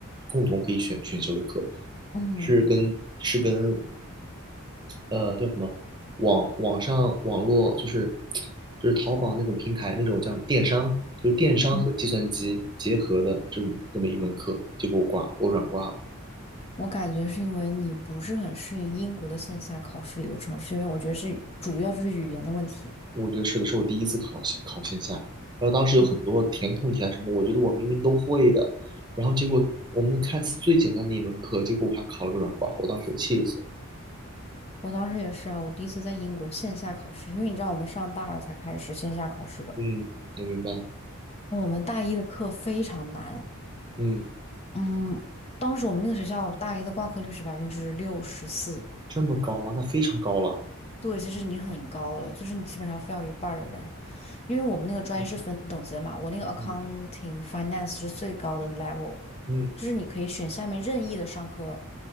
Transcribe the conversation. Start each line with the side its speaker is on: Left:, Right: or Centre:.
Right: 共同可以选选修的课，
Left: 嗯
Right: 是跟是跟呃叫什么网网上网络就是就是淘宝那种平台那种叫什么电商，就是电商和计算机结合的这么这么一门课，
Left: 嗯，
Right: 结果我挂我软挂了。
Left: 我感觉是因为你不是很适应英国的线下考试流程，是因为我觉得是主要就是语言的问题。
Right: 我觉得是的，是我第一次考线考线下，然后当时有很多填空题啊什么，
Left: 嗯，
Right: 我觉得我明明都会的，然后结果我们看似最简单的一门课，结果我还考了个软挂，我当时气死了。
Left: 我当时也是啊，我第一次在英国线下考试，因为你知道我们上大二才开始线下考试的，
Right: 嗯，我明白。
Left: 我们大一的课非常难。
Right: 嗯，
Left: 嗯，当时我们那个学校大一的挂科率是百分之六十四，
Right: 这么高吗？那非常高了。
Left: 对，其实已经很高了，就是你基本上非要一半儿的人。因为我们那个专业是分等级的嘛，
Right: 嗯
Left: 我那个 accounting
Right: 嗯
Left: finance 是最高的 level，
Right: 嗯，
Left: 就是你可以选下面任意的商科，